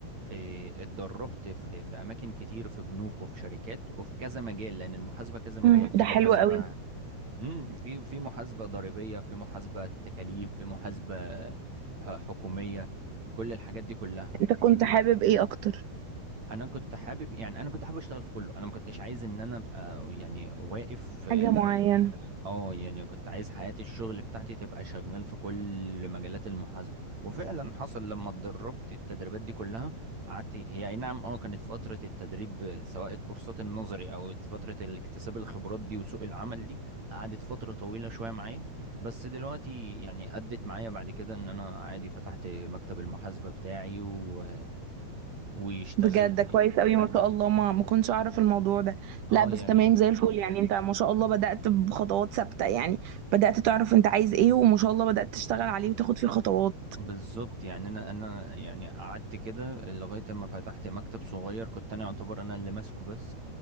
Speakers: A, on the right; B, on the right.
A: إيه، اتدربت في في اماكن كتير في بنوك وفي شركات وفي كذا مجال لان المحاسبه كذا مجال
B: مم،
A: في
B: ده
A: محاسبه
B: حلو قوي
A: امم في في محاسبه ضريبيه في محاسبه تكاليف في محاسبه آه، حكوميه كل الحاجات دي كلها
B: انت كنت حابب ايه اكتر
A: انا كنت حابب يعني انا كنت حابب اشتغل في كله انا ما كنتش عايز ان انا ابقى يعني واقف في
B: حاجة معينة
A: في اه يعني كنت عايز حياة الشغل بتاعتي تبقى شغال في كل مجالات المحاسبة وفعلا حصل لما اتدربت التدريبات دي كلها قعدت هي اي نعم اه كانت فترة التدريب سواء الكورسات النظري او فترة الاكتساب الخبرات دي وسوق العمل دي قعدت فترة طويلة شوية معايا بس دلوقتي يعني ادت معايا بعد كده ان انا عادي فتحت مكتب المحاسبة بتاعي و... واشتغلت
B: بجد ده كويس قوي ما شاء الله ما ما كنتش اعرف الموضوع ده
A: اه
B: لا بس
A: يعني
B: تمام زي الفل يعني انت ما شاء الله بدأت بخطوات ثابتة يعني بدأت تعرف انت عايز ايه وما شاء الله بدأت تشتغل عليه وتاخد فيه خطوات
A: بالظبط يعني انا انا يعني قعدت كده لغايه اما فتحت مكتب صغير كنت انا يعتبر انا اللي ماسكه بس